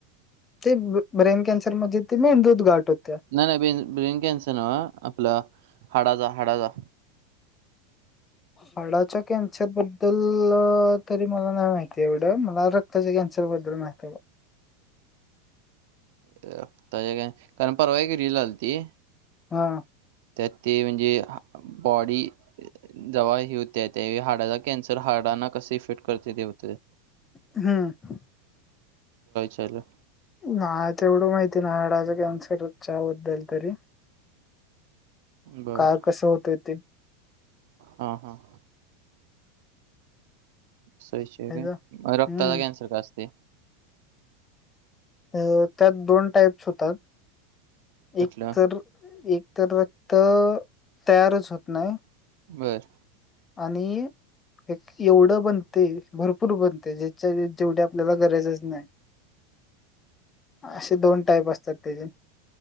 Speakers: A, on the left; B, on the right.
A: ते ब्रेन कॅन्सरमध्येध्ये ते मेन दूध गाठ होत्या
B: नाही नाही बेन ब्रेन कॅन्सर ना आपला हाडाचा हाडाचा
A: हडाच्या कॅन्सर बद्दल तरी मला नाही माहिती एवढं मला रक् मज अनस बदल माहत
B: काय कारण परवा की रि लाल ती
A: हा
B: त्यात ते म्हणजे बॉडी दवा ही होते त्या हारडाचा कॅन्सर हारडाना कस इफेक्ट करते तेते
A: हम्म
B: चाल
A: नाही ते एवढं माहिती ना हडाचा कॅन्सरच्याबद्दल तरी
B: बर
A: काय कसं होतंय ते
B: हा हा सयश
A: ह्याचं.
B: मग रक्ताचा
A: हम्म
B: कॅन्सर का असते
A: अ त्यात दोन टाईप्स होतात
B: कुठलं
A: एक तर एक तर रक्त तयारच होत नाही
B: बरं
A: आणि एक एवढं बनते भरपूर बनते ज्याच्या जेवढी आपल्याला गरजच नाही असे दोन टाईप असतात त्याचे